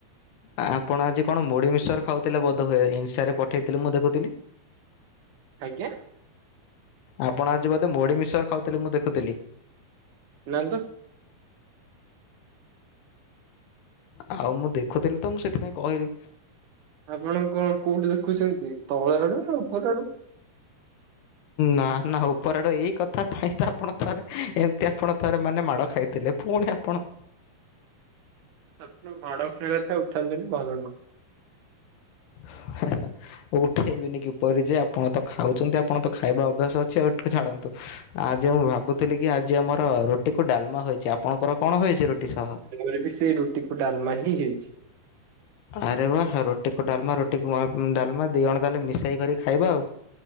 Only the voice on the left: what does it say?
ଆପଣ ଆଜି କଣ ମୁଢି ମିକ୍ସଚର ଖାଉଥିଲେ ବୋଧେ ହୁଏ ଇନଷ୍ଟାରେ ପଠେଇଥିଲେ ମୁଁ ଦେଖୁଥିଲି। <inaudible>
ଆପଣ ଆଜି ବୋଧେ ମୁଢି ମିକ୍ସଚର ଖାଉଥିଲେ ମୁଁ ଦେଖୁଥିଲି।
ଆଉ ମୁଁ ଦେଖୁଥିଲି ତ ମୁଁ ସେଥିପାଇଁ କହିଲି।
ନା ନା ଉପର ଆଡୁ ଏଇ କଥା ପାଇଁ ତ ଆପଣ ଥରେ ଏମିତି ଆପଣ ଥରେ ମାନେ ମାଡ଼ ଖାଇଥିଲେ। ପୁଣି ଆପଣ
<inaudible> ଉଠେଇବିନି କିପରି ଯେ ଆପଣ ତ ଖାଉଛନ୍ତି ଆପଣ ତ ଖାଇବା ଅଭ୍ୟାସ ଅଛି ଆଉ ଟିକ ଛାଡ଼ନ୍ତୁ। ଆଜି ମୁଁ ଭାବୁଥିଲି କି ଆଜି ଆମର ରୁଟିକୁ ଡାଲମା ହୋଇଛି। ଆପଣଙ୍କର କଣ ହୋଇଛି ରୁଟି ସହ?
ଆରେ ୱା ରୁଟିକୁ ଡାଲମା ରୁଟିକୁ ଡାଲମା ଦୁଇ ଜଣ ତାହେଲେ ମିଶାଇକରି ଖାଇବା ଆଉ।